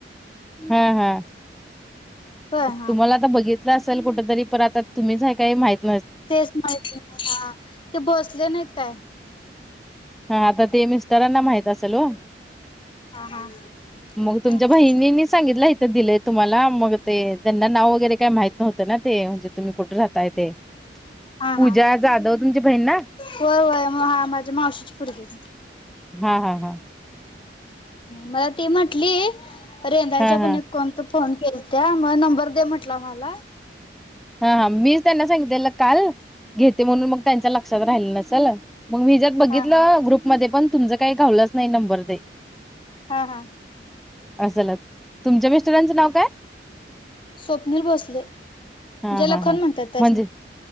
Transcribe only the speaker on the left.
होय हा
हा
तेच माहिित नाही हा ते बसले नाहीत काय
हा हा
हा
हा
हा
होय होय मग हा माझ्या मावशीची पर्गी
मला ते म्हंटली रेधायच्या
पण कोण त फोन केल त्या मग नंबर दे म्हटला मला
हा हा
हा हा
स्वप्नील भोसले म्हणजे
लखन
म्हणतात त्याच
नाही